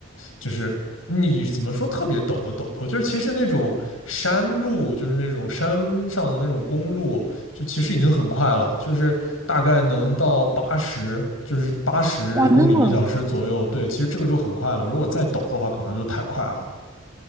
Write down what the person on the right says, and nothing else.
哇，那么